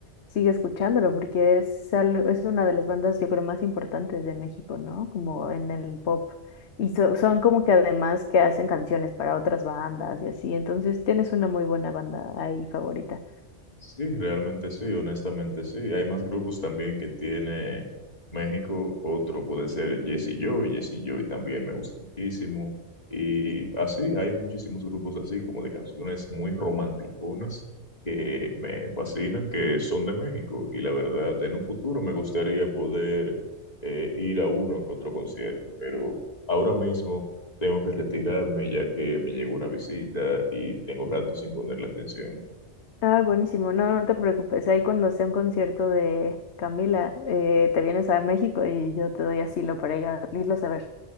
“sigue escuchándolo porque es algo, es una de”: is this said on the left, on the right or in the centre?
Left